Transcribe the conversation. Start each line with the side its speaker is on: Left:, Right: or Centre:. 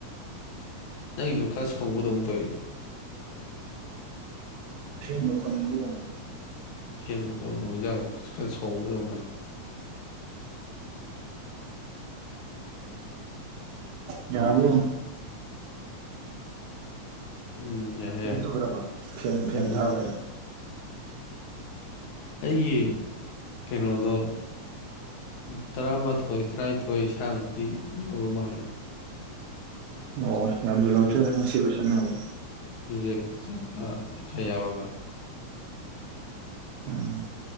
Left: ꯅꯪꯒꯤꯗꯣ ꯈꯔ ꯁꯧꯕꯗꯧꯅ ꯇꯧꯋꯤꯅꯣ
Right: ꯐꯦꯟ ꯃꯈꯣꯟꯅꯤꯕ
Left: ꯐꯦꯟ ꯃꯈꯣꯟ ꯑꯣꯏꯖꯥꯠꯂꯣ ꯈ ꯁꯥꯎꯕꯗꯧꯅ
Right: ꯌꯥꯕ
Left: ꯎꯝ ꯍꯦ
Right: ꯀꯩꯝ ꯇꯧꯗ꯭ꯔꯕ ꯐꯦꯟ
Left: ꯎꯝ
Right: ꯐꯦꯟ ꯊꯥꯕꯩ
Left: ꯑꯩꯒꯤ ꯀꯩꯅꯣꯗꯣ ꯎ ꯇꯔꯥꯃꯥꯊꯣꯏ ꯇꯔꯥꯅꯤꯊꯣꯏ ꯏꯁꯥꯃꯨꯛꯇꯤ ꯌꯧꯔꯕ ꯃꯥꯜꯂꯦ
Right: ꯑꯣ ꯌꯥꯝꯖ ꯂꯥꯎꯊꯔꯦ
Left: ꯔꯤ
Right: ꯉ ꯁꯤꯜꯂꯁꯔꯅꯪꯅ
Left: ꯔꯤꯖꯦꯛ ꯆꯠꯄ ꯈꯔ ꯌꯥꯎꯔꯒ
Right: ꯎꯝ